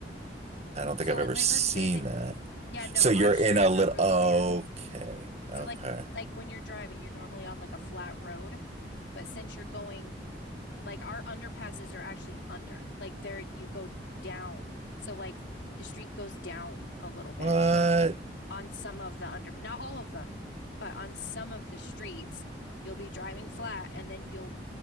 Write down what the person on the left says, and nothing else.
So
let,
let
let's say that
yeah, no,
our
streets
are really
weird. So
like like when you're driving, you're normally on like a flat road, but since you're going like our underpasses are actually under. Like there you go down. So like the street goes down a little bit
in on some of the under not all of them, but on some of the streets you'll be driving flat and then you'll,